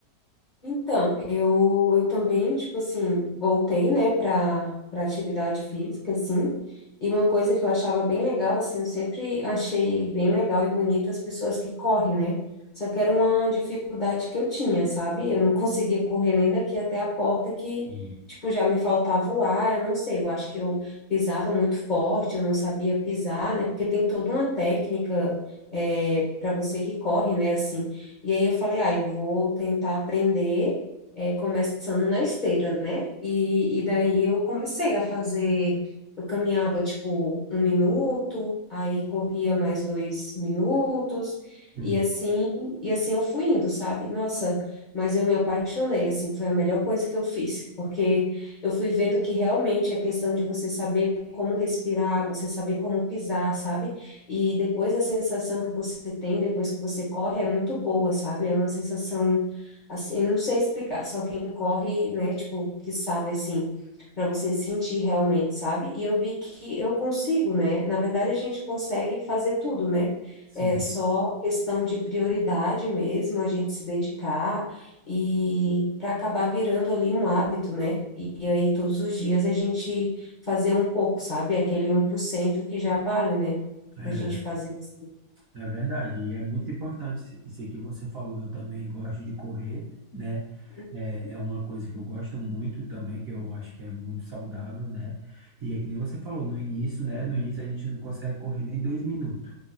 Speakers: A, on the left; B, on the right.
A: Então, eu, eu também, tipo assim, voltei, né, para para atividade física, assim, e uma coisa que eu achava bem legal, assim, eu sempre achei bem legal e bonito as pessoas que correm, né? Só que era uma dificuldade que eu tinha, sabe? Eu não <laughs> conseguia correr nem daqui até a porta que,
B: Sim,
A: tipo, já me faltava o ar, eu não sei, eu acho que eu pisava muito forte, eu não sabia pisar, né? Porque tem toda uma técnica, é, para você que corre, né, assim. E aí eu falei, ah, eu vou tentar aprender, é, começando na esteira, né? E, e daí eu comecei a fazer, eu caminhava tipo um minuto, aí corria mais dois minutos,
B: sim.
A: e assim, e assim eu fui indo, sabe? Nossa, mas eu me apaixonei, assim, foi a melhor coisa que eu fiz, porque eu fui vendo que realmente é questão de você saber como respirar, você saber como pisar, sabe? E depois a sensação que você tem depois que você corre é muito boa, sabe? É uma sensação assim, não sei explicar, só quem corre, né, tipo, que sabe assim, para você sentir realmente, sabe? E eu vi que eu consigo, né? Na verdade, a gente consegue fazer tudo, né?
B: sim.
A: É só questão de prioridade mesmo, a gente se dedicar e para acabar virando ali um hábito, né? E aí todos os dias a gente fazer um pouco, sabe? Aquele um por cento que já vale, né?
B: É.
A: da gente fazer assim.
B: É verdade, e é muito importante isso isso que você falou. Eu também gosto de correr, né?
A: Uhum,
B: É, é uma coisa que eu gosto muito também, que eu acho que é muito saudável, né? E é que nem você falou no início, né? No início a gente não consegue correr nem dois minutos.